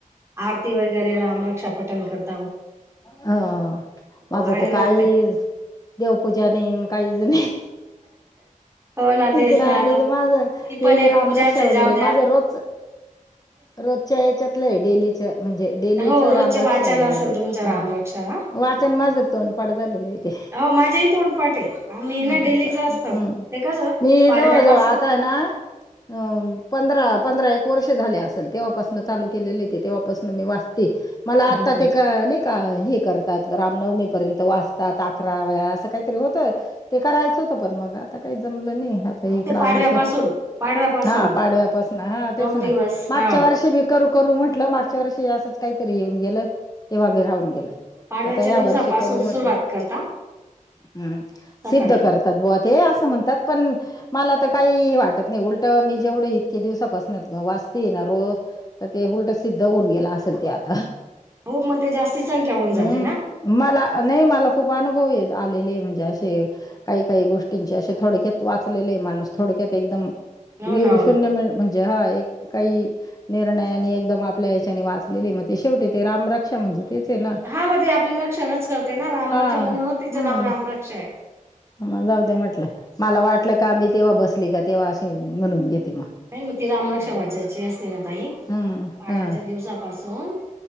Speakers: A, on the right; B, on the left.
A: आरती वगैरे, रामरक्षा पठण करत
B: ह, माझं
A: आणि
B: तर काइज
A: मग ते
B: देवपूजा नाई न काहीज नाई.
A: हो ना तेच
B: इकड
A: ना
B: आले
A: आता
B: तर
A: ती
B: माजं ते
A: पण एक
B: बी, रामरक्षा
A: पूजाच आहे जाऊ
B: वगैरे.
A: द्या
B: माझं रोजच
A: <inaudible>
B: रोजच्या याच्यातलंय डेलीच. म्हणजे, डेलीच
A: हो
B: रामरक्षाय
A: रोजचे वाचन
B: माझं.
A: असेल तुमच्या
B: हा,
A: रामरक्षा हा.
B: वाचन माझं तोंडपाट झालेलंय ते.
A: हो माझेही तोंडपाठ आहे आम्ही
B: हम्म,
A: ना डेलीच
B: का.
A: असतं
B: हम्म,
A: ते कसं
B: मी
A: पाडव्यापासून
B: जवळ- जवळ आताय ना अं पंधरा- पंधरा एक वर्ष झाल्या असेल. तेव्हापासन चालू केलेलंय ते. तेव्हापासनं मी वाचते. मला
A: हो
B: आत्ता
A: हो
B: ते का नाही का हे करतात, रामनवमी पर्यंत वाचतात, अकरा वेळा. असं काहीतरी होतं ते करायचं होतं, पण मग आता काही जमलं नाही. आत ता
A: अहो
B: इकडं
A: ते पाडव्यापासून
B: आली तर.
A: पाडव्यापासून
B: हा पाडव्यापासनं, हा
A: नऊ
B: तेच ना.
A: दिवस
B: मागच्या
A: हा
B: वर्षी बी करू- करू म्हटलं, मागच्या वर्षी असच काही तरी येऊन गेलं. तेव्हा बि राहू हून गेलं.
A: पाडव्याच्या
B: आता या
A: दिवसापासून
B: वर्षी करू म्हटलं.
A: सुरुवात करता
B: हम्.
A: सकाळी
B: सिद्ध करतात बुवा ते, असं म्हणतात पण मला तर काही वाटत नाही. उलटं, मी जेवढं इतके दिवसापासून वाचतेये ना, रोज तर ते उलटं, सिद्ध होऊन गेलं असल ते आता.
A: हो मग, ते जास्ती संख्या
B: हम्म
A: होऊन जाते ना.
B: मला नाही, मला खूप अनुभव येत आलेलेय. म्हणजे असे, काही- काही गोष्टींचे असे. थोडक्यात. वाचलेलेय माणूस, थोडक्यात एकदम.
A: हो
B: वीव
A: ना हो ना
B: शून्य मि म्हणजे, हा एक काही, निर्णयानी, एकदम आपल्या याच्याने, वाचलेले. म ते शेवटी रामरक्षा म्हणजे तेच आहे ना.
A: हा म ते आपली रक्षणच करते ना, रामरक्षा.
B: हा
A: म्हणूनच तिचं
B: हम्म
A: नाव रामरक्षाय.
B: मग जाऊ दे म्हटलं. मला वाटलं का, मी तेव्हा बसली का, तेव्हा अशी म्हणून घेते मग.
A: नाही मग ती रामरक्षा वाचायची असली ना, ताई.
B: हम्म
A: पाडव्याच्या
B: हा
A: दिवसापासून